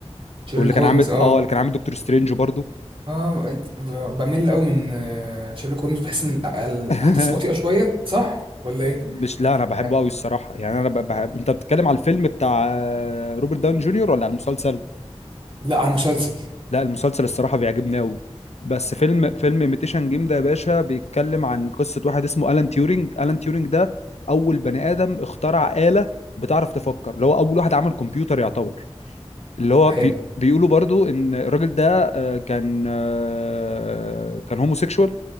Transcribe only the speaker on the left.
واللي كان
عامل
اه اللي كان عامل دكتور سترينج برضه
<laughs>
مش لا انا بحبه
قوي الصراحه يعني انا ب- بحب انت بتتكلم على الفيلم بتاع آه، روبرت داون جونيور ولا على المسلسل
لا المسلسل الصراحه بيعجبني قوي بس فيلم فيلم ايميتيشن جيم ده يا باشا بيتكلم عن قصه واحد اسمه الان تيورينج الان تيورينج ده اول بني ادم اخترع آلة بتعرف تفكر اللي هو اول واحد عمل كمبيوتر يعتبر اللي هو
بي بيقولوا برضو ان الراجل ده آه، كان آه، كان هوموسيكشوال